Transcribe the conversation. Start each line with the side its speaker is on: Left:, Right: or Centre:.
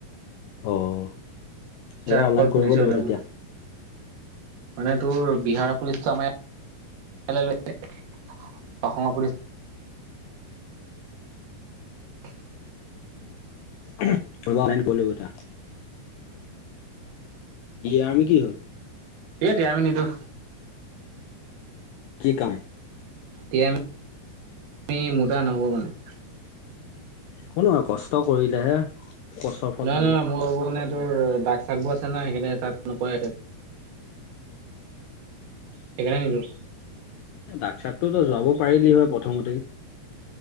Left: অ' এইবাৰ
Right: অকল
Left: অনলাইন
Right: পুলিচৰ
Left: কৰিব লাগিব
Right: ওলাব।
Left: তেতিয়া।
Right: মানে তোৰ বিহাৰৰ পুলিচটো আমাৰ এইফালে লৈ আহিলে অসমৰ পুলিচ <unintelligible>
Left: কৰিব অনলাইন কৰি লওঁ দুইটা। কি আৰ্মি কি হ'ল?
Right: সেইটোৱেই আমি নিদিওঁ।
Left: কি কাৰণে?
Right: টি এম পি মোৰ কাৰণে নহ'ব মানে।
Left: একো নহয় কষ্ট কৰিলেহে কষ্টৰ ফল
Right: নহয়
Left: পাবি।
Right: নহয় মোৰ এইবোৰ মানে এই তোৰ দাগ চাগ বোৰ আছে না সেইকাৰণে তাত নকয় সেইকাৰনে নিদিওঁ।
Left: দাক চাকটোতো যোৱাব পাৰিলি হয় প্ৰথমতেই।